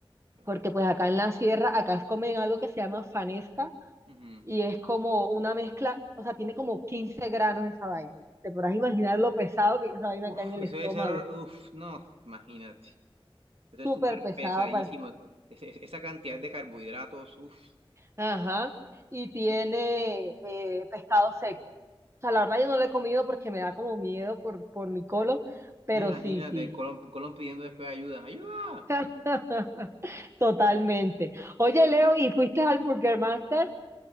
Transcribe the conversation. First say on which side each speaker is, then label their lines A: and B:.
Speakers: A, on the right; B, on the right.
A: claro.
B: Porque pues acá en la sierra, acá comen algo que se llama fanesca
A: Ujú.
B: y es como una mezcla, o sea, tiene como 15 granos esa vaina. Te podrás imaginar lo pesado que es esa vaina
A: Uf,
B: acá en el
A: eso
B: estómago.
A: debe ser, uf, no, imagínate. Eso
B: Súper
A: es súper
B: pesado
A: pesadísimo. Ese- ese- esa cantidad de carbohidratos, uf,
B: Ajá. Y tiene eh, pescado seco. O sea, la verdad yo no lo he comido porque me da como miedo por, por mi colon, pero
A: imagínate,
B: sí, sí.
A: Colón, Colón pidiendo después ayuda. ¡Ayuda!
B: <laughs> Totalmente. Oye, Leo, ¿y fuiste al Burger Master?